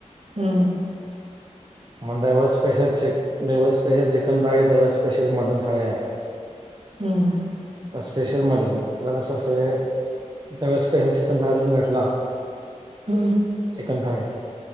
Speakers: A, on the right; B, on the right.
A: हम्.
B: <unintelligible> मग दैवत स्पेशल चिक दैवत स्पेशल चिकन थाळी दैवत स्पेशल मटन थाळी आहे. <unintelligible>
A: हूं हूं
B: म स्पेशल मध्ये त्याला कसं असंय त्यावेळेस स्पेशल चिकन थाळी तुम्ही घेटला.
A: हम्म.
B: चिकन थाळी